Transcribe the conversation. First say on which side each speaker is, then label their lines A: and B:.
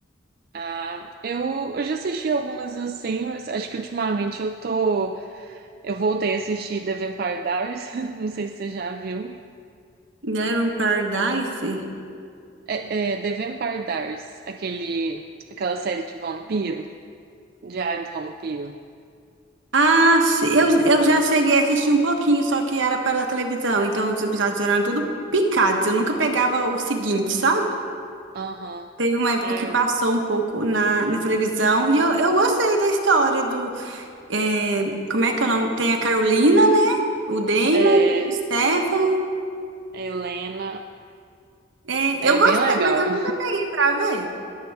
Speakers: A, on the right (about 50°); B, on the right (about 75°).
A: Ah, eu, eu já assisti algumas assim, mas acho que ultimamente eu tô. Eu voltei a assistir The Vampire Diaries, <laughs> não sei se você já viu.
B: Never Paradise?
A: É, é The Vampire Diaries, aquele, aquela série de vampiro, Diário do Vampiro.
B: Ah, se- eu, eu já cheguei a assistir um pouquinho, só que era pela televisão, então os episódios eram tudo picados. Eu nunca pegava o seguinte, sabe?
A: Aham.
B: Teve uma época
A: Ah,
B: que
A: eu-
B: passou um pouco na, na televisão e eu, eu gostei da história do. é, como é que é o nome? Tem a Carolina, né? O Damon,
A: é,
B: o Stefan.
A: Helena,
B: É,
A: é
B: eu gostei,
A: bem legal.
B: mas eu nunca peguei pra ver.